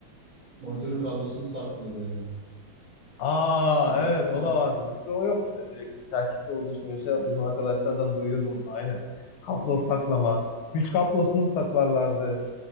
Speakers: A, on the right (about 50°); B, on the left (about 80°).
A: Monitörün kablosunu saklıyordu eve.
B: Aa
A: Harekete
B: evet
A: bak.
B: o da vardı. Bizde o yoktu da direkt bilgisayar kitle olduğu için öyle şey, bizim arkadaşlardan duyuyordum onu aynen. Kablo saklama. Güç kablosunu saklarlardı.